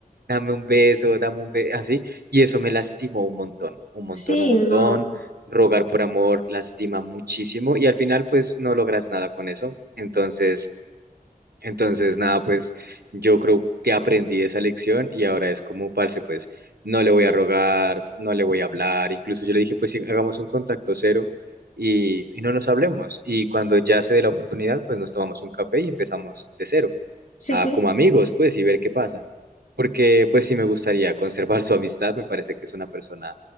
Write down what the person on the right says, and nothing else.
dame un beso, dame un beso, así, y eso me lastimó un montón, un montón,
un montón.
Rogar por amor lastima muchísimo y al final pues no logras nada con eso. Entonces... Entonces, nada, pues yo creo que aprendí esa lección y ahora es como, parce, pues no le voy a rogar, no le voy a hablar. Incluso yo le dije, pues sí, hagamos un contacto cero y, y no nos hablemos. Y cuando ya se dé la oportunidad, pues nos tomamos un café y empezamos de cero,
a,
como amigos, pues, y ver qué pasa. Porque, pues sí, me gustaría conservar <laughs> su amistad, me parece que es una persona